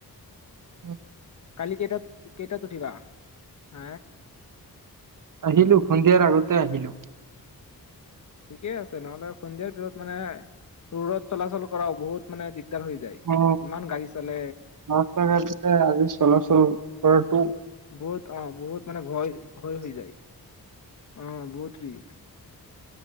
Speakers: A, on the right; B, on the left.
A: উম।
B: কালি কেইটাত কেইটাত উঠিবা? হে
A: আহিলো সন্ধিয়াৰ আগতে আহিলো।
B: ঠিকে আছে নহ'লে আৰু সন্ধিয়া ত মানে দূৰত চলাচল কৰাও বহুত মানে দিগদাৰ হৈ যায়
A: উ
B: ইমান গাড়ী চলে
A: ৰাস্তা ঘাটতে আজি চলাচল কৰাটো
B: বহুত অ' বহুত মানে ভয় ভয় হৈ যায় অ' বহুত ৰিস্ক।